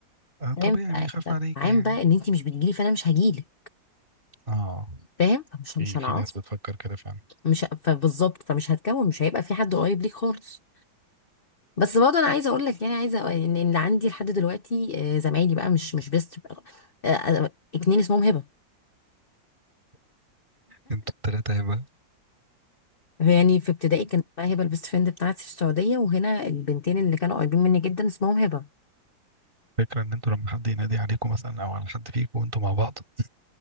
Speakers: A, on the right (about 25°); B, on the left (about 40°).
A: آه طبيعي
B: فاهم
A: بيخاف
B: ف- ف-
A: عليك
B: فعام
A: يعني
B: بقى ان انتي مش بتجيلي فانا مش هجيلك
A: اه
B: فاهم فمش
A: في
B: مش
A: في
B: هنعرف
A: ناس بتفكر كده فعلا
B: مش فبالظبط فمش هتكون مش هيبقى في حد قريب ليك خالص بس برضه انا عايزه اقول لك يعني عايزه أقول ان إن عندي لحد دلوقتي آه، زمايلي بقى مش مش بيست آه، آه، اتنين اسمهم هبه
A: انتوا التلاتة هيبقى
B: يعني في ابتدائي كانت بقى هبه البيست فريند بتاعتي في السعوديه وهنا البنتين اللي كانوا قريبين مني جدا اسمهم هبه
A: فكرة ان انتوا لما حد ينادي عليكم مثلا او على حد فيكم وانتوا مع بعض <clears throat>